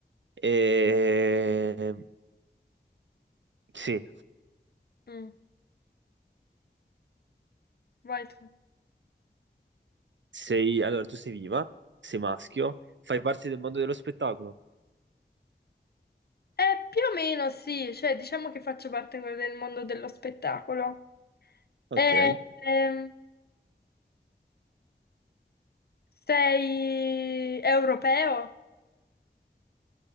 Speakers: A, on the right; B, on the left.
A: Eh, sì,
B: Mm, Vai tu.
A: sei... Allora, tu sei viva, sei maschio, fai parte del mondo dello spettacolo?
B: Eh, più o meno sì, cioè diciamo che faccio parte que- del mondo dello spettacolo.
A: Ok.
B: Eh,
A: Eh,
B: ehm, sei europeo?